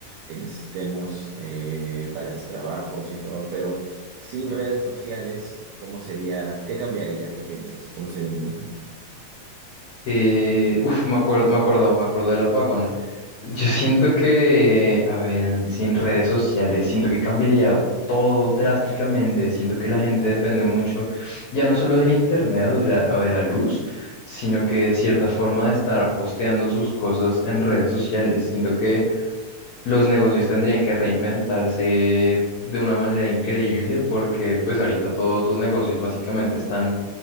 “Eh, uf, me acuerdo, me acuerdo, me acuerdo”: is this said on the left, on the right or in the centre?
Left